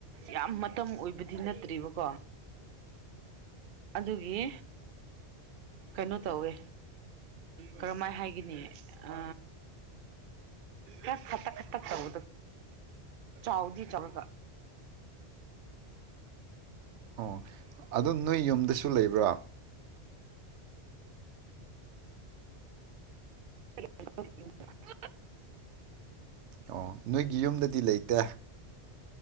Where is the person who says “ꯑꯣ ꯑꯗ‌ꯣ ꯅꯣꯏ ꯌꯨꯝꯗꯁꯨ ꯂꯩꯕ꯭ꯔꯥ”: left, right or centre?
Right